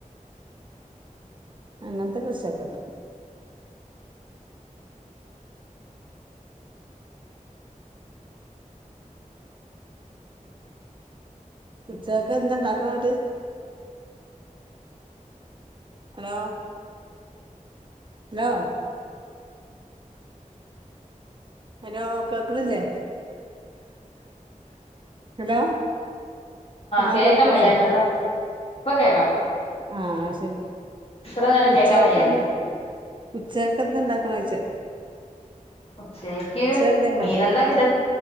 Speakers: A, on the right; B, on the left.
A: അങ്ങനത്തെ കൃഷിയെക്കെയുണ്ട് ഉച്ചക്കെന്താ ഉണ്ടാക്കണത് അന്നിട്ട്‌ ഹലോ ഹലോ ഹലോ കേക്കണില്ലേ ഹലോ ആ
B: കേക്കാൻ
A: കേൾക്കില്ലേ
B: വയ്യായിരുന്നട്ടോ ഇപ്പൊ കേക്കാം
A: ആ ശരി
B: ഇത്ര നേരം
A: ഉച്ചക്കെന്താ
B: കേക്കാൻ വയ്യായിരുന്നു
A: ഉച്ചക്കതെന്താക്കണാ ചോയ്ച്ചേ
B: ഉച്ചക്ക്
A: എന്തേണ്ടോ
B: മീനെന്താ കിട്ട